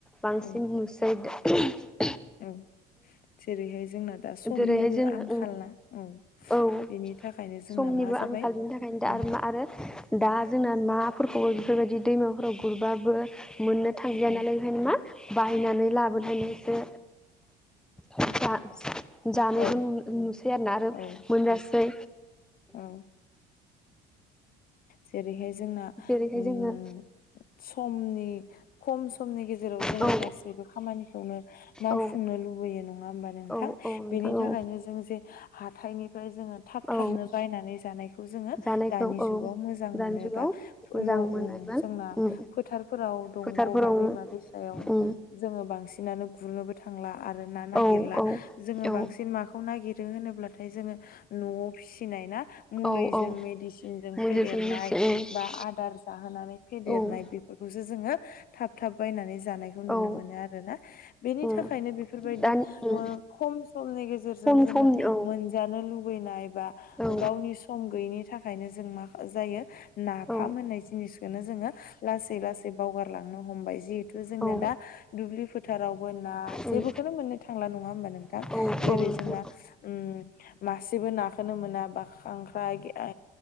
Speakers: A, in the centre; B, on the left.
A: बांसिन
B: औ
A: नुसै <unintelligible>
B: औ जेरैहाय जोंना दा समनिबो
A: जेरैहाय जोङो
B: आंखाल ना औ
A: औ
B: बेनि थाखायनो जोंना
A: समनिबो
B: मा
A: आंखालनि
B: जाबाय
A: थाखायनो दा आरो
B: ओम
A: मा आरो दा जोंना नाफोरखौ बेफोरबायदि दैमाफोराव गुरबाबो मोननो थांया
B: औ
A: नालाय बेखायनो मा बाहायनानै लाबोनायनायसो जा-जा जानायखौ
B: औ
A: नु- नुसै आरो ना आरो
B: औ
A: मोनजासै
B: औ जेरैहाय जोंना
A: जेरैहाय
B: उम
A: जोङो
B: समनि खम समनि गेजेराव जोङो
A: औ
B: गासैबो खामानिखौनो मावफुंनो
A: औ
B: लुबैयो नङा होमबा नोंथां
A: औ औ नोंथां
B: ।बेनि थाखायनो
A: औ
B: जों जे हाथाइनि ओमफ्राय जोङो थाब थाबनो
A: औ
B: बायनानै जानायखौ जोङो
A: जानायखौ
B: दानि
A: औ
B: जु गाव मोजां
A: दानि
B: मोनोबा
A: जुगाव मोजां
B: न
A: मोनो
B: ओ
A: एबा
B: जोंना
A: उम
B: फोथारफोराव दंग'
A: फोथारफोराव
B: बा दैमा दैसायाव
A: उम
B: जोङो बांसिनानो गुरनोबो थांला आरो ना नागेला
A: औ
B: जोङो
A: औ
B: बांसिन माखौ नागेरो रो होनोब्लाथाय जोङो न'आव फिसिनाय ना मुलिजों
A: औ औ
B: मेदिसिनजों
A: मोनजोबसै
B: फेदेरनाय
A: मिथियो
B: बा आदार जाहोनानै फेदेरनाय
A: औ
B: बेफोरखौ जोङो थाब थाब बायनानै जानायखौ नुनो
A: औ
B: मोनो आरो ना ।बेनि
A: उम
B: थाखायनो बेफोरबायदि
A: दानि उम
B: ओम खम समनि गेजेरजों
A: खम
B: जोङो
A: समनि औ
B: मोनजानो लुबैनाय बा
A: औ
B: गावनि सम गैयिनि थाखायनो जों मा जायो नाफाम
A: औ
B: होननाय जिनिसखौनो जोङो लासै लासै बावगारलांनो हमबाय जिहेथु जोंना
A: औ
B: दा दुब्लि फोथारावबो ना
A: उम
B: जेबोखौनो मोननो थांला नङा होमबा नोंथां
A: औ
B: जेरै
A: नोंथां
B: जोंना ओ मासेबो नाखौनो मोना बा खांख्राय ओ